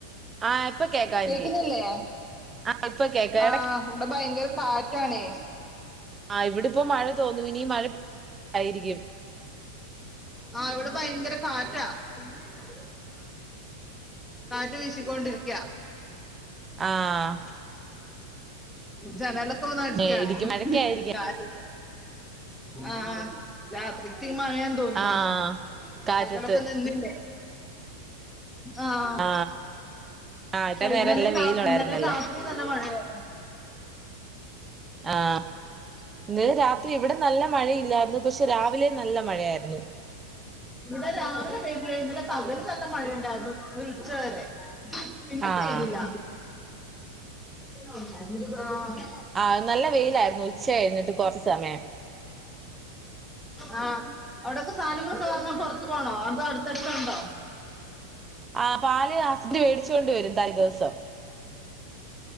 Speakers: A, on the right (about 15°); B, in the centre.
A: ആ ഇപ്പൊ കേക്കാം
B: കേക്കുന്നല്ലേ
A: എനിക്ക് ആ, ഇപ്പൊ കേക്കാം
B: ആഹ് ഇവിടെ ഭയങ്കര കാറ്റ് <unintelligible>
A: ആഹ് ഇവിടെപ്പോ മഴ തോന്നു ഇനി മഴായിരിക്കും
B: ആഹ് ഇവിടെ ഭയങ്കര കാറ്റ മം കാറ്റ് വീശിക്കൊണ്ടിരിക്ക
A: ആഹ്
B: ജനലൽ ഒക്കെ വന്ന് അടിക്കുകയാണ്
A: ഏ, ഇടിക്ക് മഴയ്ക്കായിരിക്കും
B: കാറ്റത്ത് ആഹ് രാത്രിക്ക്‌ മഴ തോന്നണ്
A: ആ കാറ്റത്ത്
B: അകലൊക്കെ നിന്നിലെ ആഹ്
A: ആ ആ ഇത്ര നേരം
B: ഇന്നലെ
A: നല്ല
B: നാ
A: വെയിലുണ്ടായിരുന്നല്ലോ
B: ഇന്നലെ നാ ഇന്നലെ നല്ല മഴയർന്നു
A: ആഹ് ഇന്നലെ രാത്രി ഇവിടെ നല്ല മഴയില്ലായിരുന്നു പക്ഷെ രാവിലെ നല്ല മഴയായിരുന്നു.
B: ഇവിടെ രാവിലെ പെരും വെയിൽ ഇന്നലെ പകല് നല്ല മഴയുണ്ടായിരുന്നു ഒരു ഉച്ച വരെ പിന്നെ
A: ആഹ്
B: പെയ്തില്ല ആഹ്
A: ആഹ് നല്ല വെയിലായിരുന്നു ഉച്ച കഴിഞ്ഞിട്ട് കുറച് സമയം.
B: ആഹ് അവിടയൊക്കെ സാധനംമൊക്കെ വാങ്ങാൻ പുറത്തു പോണോ അതൊ അടുത്തടുത്തണ്ടോ?
A: ആഹ് പാല് ഹസ്ബനന്റ് മേടിച്ചു കൊണ്ട് വരും തല ദിവസം